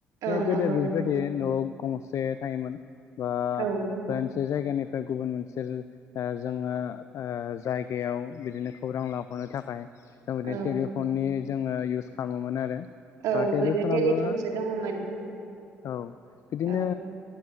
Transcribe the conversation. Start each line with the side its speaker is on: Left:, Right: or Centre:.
Right: औ
Left: गोदो
Right: नंगौ
Left: बेबायदि
Right: नोंथां
Left: न'आव गंसे थायोमोन बा
Right: औ
Left: मोन मोनसे जायगानिफ्राय फ्राय गुबुन मोनसे जोङो जायगायाव बिदिनो खौरां लाहरनो थाखाय। जों बिदि
Right: औ
Left: टेलिफननि जोङो इउस खालामोमोन आरो।
Right: औ
Left: बा टेलिफनाबो
Right: गोदो टेलिफनसो दङमोन
Left: औ बिदिनो
Right: औ